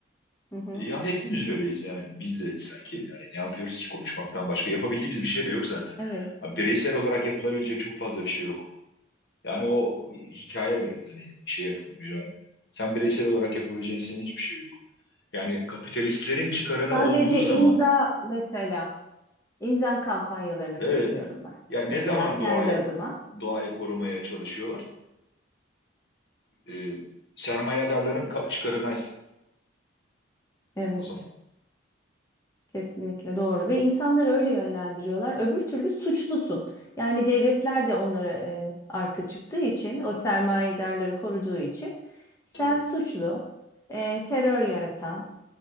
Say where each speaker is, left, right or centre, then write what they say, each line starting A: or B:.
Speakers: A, on the left; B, on the left.
A: Hı hı.
B: Ya hepimiz öyleyiz yani biz de sanki yani ne yapıyoruz ki konuşmaktan başka yapabildiğimiz bir şey de yok zaten.
A: Evet.
B: Abi Bireysel olarak yapılabilecek çok fazla bir şey yok. Yani o hikaye biraz hani şey yapın mücadele. Sen bireysel olarak yapabileceğin senin hiçbir şey yok. Yani kapitalistlerin çıkarına
A: Sadece
B: olduğu zaman
A: imza mesela imza kampanyalarına
B: evet,
A: katılıyorum ben.
B: yani
A: Mesela
B: ne zaman
A: kendi
B: doğayı
A: adıma.
B: doğayı korumaya çalışıyorlar? Ee, sermayedarların ka- çıkarınaysa
A: Evet,
B: o zaman.
A: kesinlikle doğru ve insanları öyle yönlendiriyorlar. Öbür türlü suçlusun. Yani devletler de onlara e, arka çıktığı için, o sermayedarları koruduğu için sen
B: Tabii.
A: suçlu, e, terör yaratan,